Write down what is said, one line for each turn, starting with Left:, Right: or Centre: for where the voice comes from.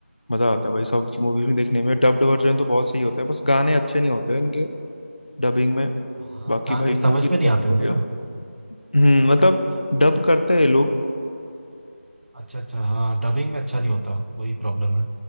Left: मजा आता है भाई साउथ की मूवीज में देखने में डब्ड वर्जन तो बहुत सही होता है बस गाने अच्छे नहीं होते हैं इनके डबिंग में
Right: हाँ
Left: बाकी
Right: गाने
Left: भाई मूवी
Right: समझ
Left: तो
Right: में नहीं
Left: काफी
Right: आते
Left: बढ़िया
Right: होंगे ना
Left: हम्म मतलब डब करते हैं लोग
Right: अच्छा अच्छा हाँ डबिंग में अच्छा नहीं होता वही प्रॉब्लम है